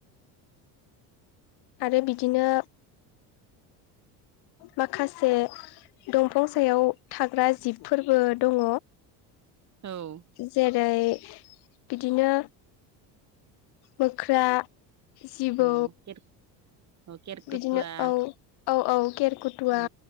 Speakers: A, on the left; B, on the right.
A: आरो बिदिनो माखासे दंफां सायाव थाग्रा जिबफोरबो दङ
B: औ
A: जेरै बिदिनो मोख्रा जिबौ
B: औ केर औ केरकुटुवा
A: बिदिनो औ औ औ गेरखुथुवा
B: औ